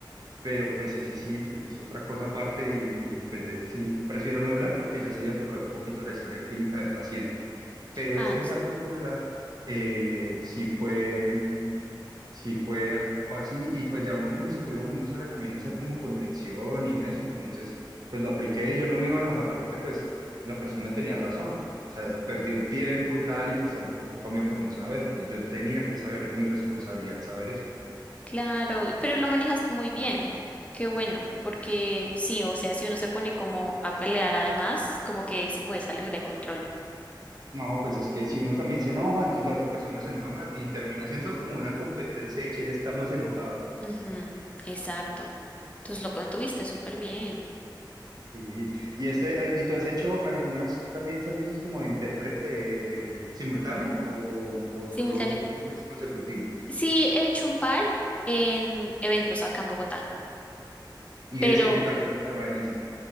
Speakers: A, on the right; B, on the left.
A: pero pues ese sí es otra cosa aparte y, y, pues de ese sí prefiero no hablar porque ya sería tocar un poquito la historia clínica del paciente. Pero
B: Ah,
A: este
B: no
A: en
B: sé.
A: particular eh, sí fue, mm, sí fue, fue así y pues ya uno como psicólogo uno sabe también hacer como contención y eso, entonces pues lo apliqué y yo no me iba a enojar porque pues la persona tenía razón, o sea,
B: Ujú,
A: perdió el tiempo y tal y pues también fue culpa mía por no saber, pues yo tenía que saber, era mi responsabilidad saber eso.
B: Claro, y- pero lo manejaste muy bien. Qué bueno, porque sí, o sea, si uno se pone como a pelear además, como que se puede salir de control.
A: No, pues es que si uno también se enoja, entonces la otra persona se enoja más y termina siendo como una competencia de quién está más enojado.
B: Ujú, Exacto. Entonces lo contuviste súper bien.
A: Y, y este, eh, ¿y tú has hecho algunas también servicios como de intérprete simultáneo o, o
B: Simultáneo.
A: solo una vez consecutivo?
B: Sí, he hecho un par en eventos acá en Bogotá,
A: ¿Y
B: pero
A: ese qué tal? ¿Cómo te va en ese?